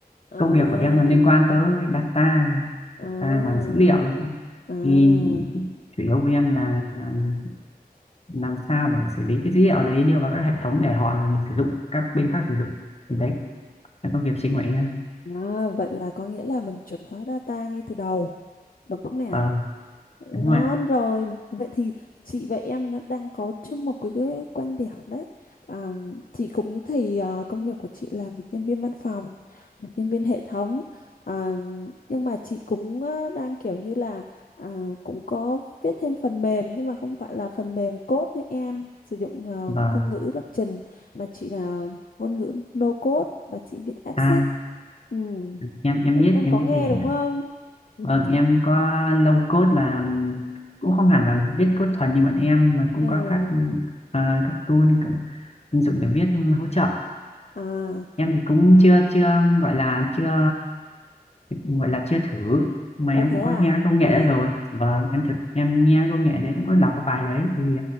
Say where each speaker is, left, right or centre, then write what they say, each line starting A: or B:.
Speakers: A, on the left; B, on the left.
A: À,
B: Công việc của em là liên quan tới data,
A: à,
B: data làm dữ liệu ấy chị.
A: à.
B: Thì chủ yếu của em là ừm, làm sao để xử lý cái dữ liệu đấy đưa vào các hệ thống để họ sử dụng các bên khác sử dụng. Thì đấy là công việc chính của em.
A: À, vậy là có nghĩa là mình chuẩn hóa data ngay từ đầu. Đúng không nè?
B: Vâng,
A: Vậy
B: đúng
A: Ngon
B: rồi ạ.
A: rồi. Vậy thì chị và em nó đang có chung một cái, cái quan điểm đấy. À, chị cũng thì à, công việc của chị là một nhân viên văn phòng, một nhân viên hệ thống. À, nhưng mà chị cũng à, đang kiểu như là à, cũng có viết thêm phần mềm nhưng mà không phải là phần mềm code như em sử dụng à,
B: Vâng,
A: ngôn ngữ lập trình mà chị là ngôn ngữ no code và chị viết app
B: à,
A: sheet. Ừ
B: em em
A: em
B: biết
A: em
B: em
A: có
B: biết
A: nghe
B: cái này
A: đúng
B: ạ.
A: không <laughs>
B: Vâng, em có low code là cũng không hẳn là viết code thuần như bọn em nhưng mà cũng
A: ừ
B: có các à, các tool các ứng dụng để viết hỗ trợ.
A: à
B: Em thì cũng chưa chưa gọi là chưa gọi là chưa thử mà
A: ờ
B: em
A: thế
B: cũng
A: à
B: có nghe công
A: à
B: nghệ đó rồi. Vâng, em thực em nghe công nghệ đấy cũng có đọc cái bài đấy thì